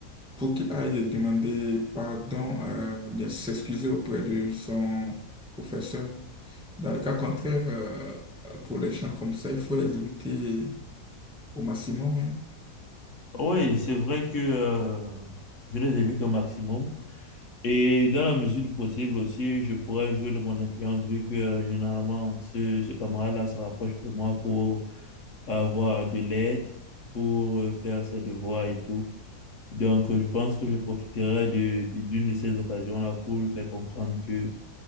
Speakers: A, in the centre; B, on the left (about 50°).
A: pour qu'il aille demander pardon, euh, bien s'excuser auprès de son professeur. Dans le cas contraire, euh, pour les gens comme ça, il faut les éviter au maximum. hein.
B: oui, c'est vrai que euh, je les évite au maximum. Et dans la mesure du possible aussi, je pourrais jouer de mon influence vu que euh, généralement ce, ce camarade-là se rapproche de moi pour avoir de l'aide pour euh, faire ses devoirs et tout. Donc, euh, je pense que je profiterai de, de- d'une de ces occasions-là pour lui faire comprendre que